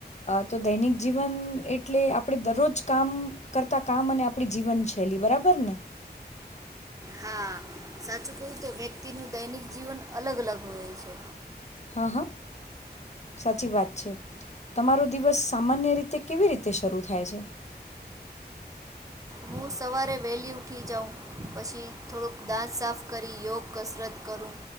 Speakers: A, on the left; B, on the right.
A: તો દૈનિક જીવન એટલે આપણેે દરરોજ કામ કરતા કામ અને આપડી જીવન શૈલી બરાબર ને.
B: હા સાચું કવું તો વ્યક્તિ નું દૈનિક જીવન અલગ-અલગ હોય છે.
A: હા હા સાચી વાત છે. તમારો દિવસ સામાન્ય રીતે કેવી રીતે શરૂ થાય છે?
B: હું સવારે વહેલી ઉઠી જાઉં પછી થોડુંક દાંત સાફ કરી યોગ કસરત કરું